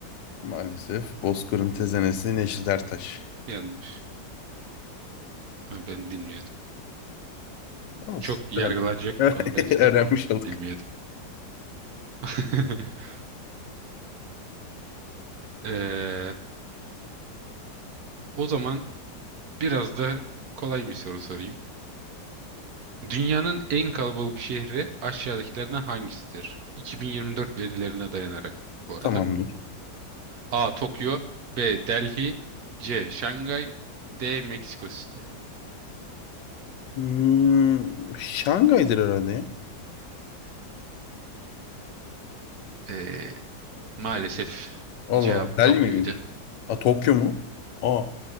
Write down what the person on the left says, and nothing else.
Maalesef Bozkır'ın tezenesi Neşet Ertaş.
Olsun.
Öğrenmiş. <laughs>
Öğrenmiş
olduk.
Tamamdır.
Hmm, Şangay'dır herhalde ya.
Allah
Allah. Delhi
miymiş? A Tokyo mu? Aa.